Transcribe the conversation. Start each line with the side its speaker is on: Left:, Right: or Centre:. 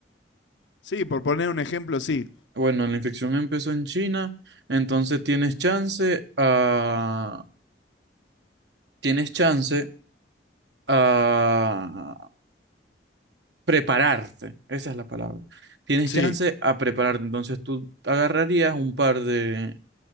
Left: Sí, por poner un ejemplo, sí.
Right: Bueno, la infección empezó en China, entonces tienes chance a... Tienes chance a prepararte. Esa es la palabra. Tienes
Left: Sí,
Right: chance a prepararte. Entonces tú agarrarías un par de,